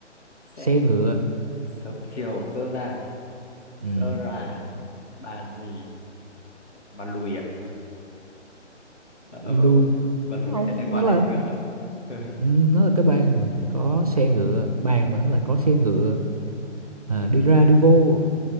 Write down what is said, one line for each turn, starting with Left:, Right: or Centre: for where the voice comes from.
Left: xe
Right: xe
Left: ngựa
Right: ngựa
Left: sớm chiều dơ ra dơ
Right: ừ.
Left: ra bàn gì bàn lùi à ờ,
Right: lùi
Left: bật lùi
Right: ông
Left: chả liên quan
Right: nó là
Left: đến ngựa <laughs>
Right: ừ, nó là cái bàn có xe ngựa bàn mà nó lại có xe ngựa à, đi ra đi vô